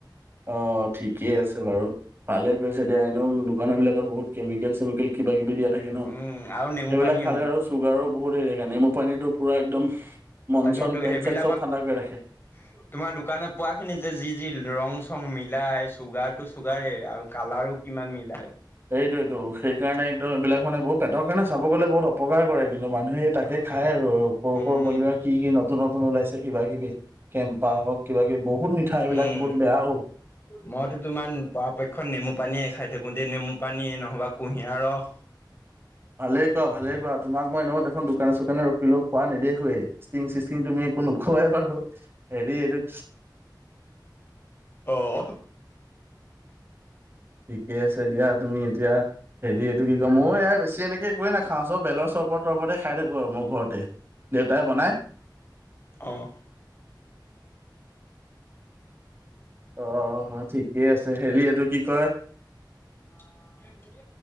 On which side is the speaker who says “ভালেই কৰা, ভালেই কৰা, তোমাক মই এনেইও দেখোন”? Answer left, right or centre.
Right